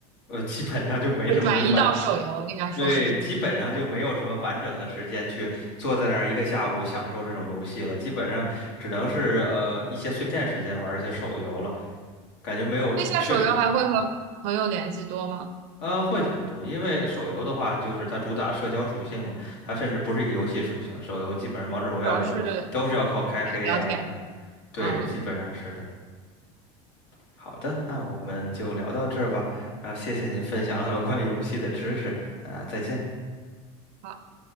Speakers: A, on the left; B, on the right.
A: 呃，基本上就没什么完，
B: 转移到手游，应该说。
A: 对，基本上就没有什么完整的时间去坐在那儿一个下午享受这种游戏了，基本上只能是呃一些碎片时间玩一些手游了，感觉没有，
B: 那下手游还会和朋友联系多吗？
A: 确实是。呃，会很多，因为手游的话，就是它主打社交属性嘛，它甚至不是一个游戏属性。手游基本上王者荣耀这种都是要靠开黑呀、
B: 主要是呃聊天。
A: 什么。对，
B: 嗯，
A: 基本上是的。好的，那我们就聊到这儿吧。然后谢谢您分享了很多关于游戏的知识，那再见。
B: 好。